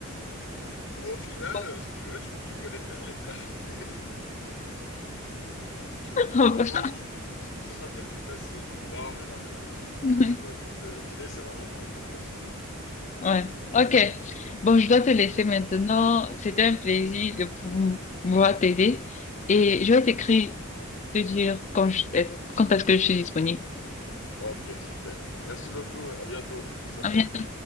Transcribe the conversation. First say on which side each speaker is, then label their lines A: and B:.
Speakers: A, on the left; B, on the left.
A: ou au final,
B: <laughs>
A: euh, si tu veux, tu, tu peux les faire, les plats. <laughs> je, je
B: On
A: t'embauche,
B: verra.
A: ce sera peut-être plus facile. Non, mais non, mais non,
B: Ouais.
A: je rigole parce que l'idée, c'est vraiment qu'on qu'on le fasse nous-mêmes. quoi.
B: Ouais.
A: Donc, euh,
B: Ok. Bon, je dois te laisser maintenant. C'était un plaisir de pou- pouvoir t'aider. Et je vais t'écrire, te dire quand je- est-
A: j'ai-
B: quand est-ce que je suis disponible.
A: ok, super. Merci beaucoup, à bientôt, on s'appelle.
B: À bientôt.